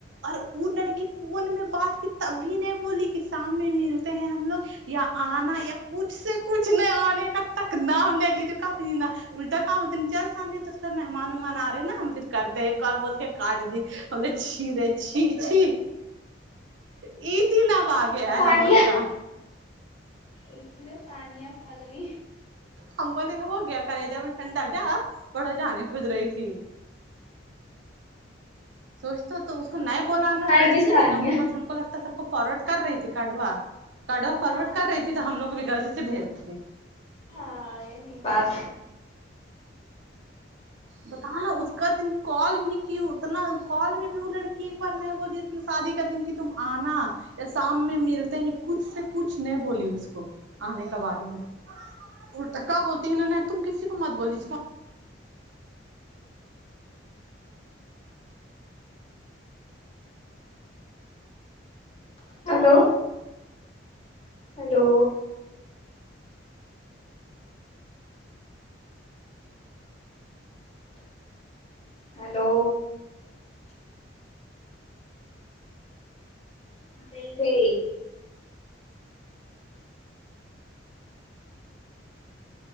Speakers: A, on the right; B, on the left.
A: اور وہ لڑکی فون میں بات کی تب بھی نہیں بولی کہ سام میں ملتے ہیں ہم لوگ یا آنا یا کچھ سے کچھ سے نہ آنے کا تک نام نہیں لی کنی الٹا کیا بولتی چل سانیا تو پھر مہمان وہمان آ رہے نا ہم پھر کرتے کال بول کے کاٹ دی ہمنے چھییر ہے چھی چھی عی دن اب
B: اس
A: آ
B: میں
A: گیا
B: ثانیہ
A: ہے ہم لوگ کا
B: اس میں ثانیا پگلی
A: ہم بولے ہو گیا کلیجے میں ٹھنڈا کیا بڑا جانی کود رہی تھی سوچتا تو اس
B: کا
A: کو نیا
B: منہ
A: بولانا
B: دکھائے
A: تھا
B: گی
A: اسی
B: ثانیہ
A: لیے نہ تو بس ہم کو لگتا سب فارورڈ کر رہی تھی کاڈوا کاڈوا
B: ہاں
A: فارورڈ کر رہی تھی تو ہم لوگ کو بھی غلطی سے بھیج دی
B: ہاں یہی بات
A: بتا ہے اس کا تین کال بھی کیں اتنا کال میں بھی وہ لڑکی ایک بار نہیں بولی شادی کا دن کہ تم آنا یا شام میں ملتے ہیں کچھ سے کچھ نہیں بولی اس کو آنے کا بارے میں الٹا کہ بولتی ہے ن نہیں تم کسی کو مت بوللی
B: ہیلو ہلو ہیلو نہیںی گئے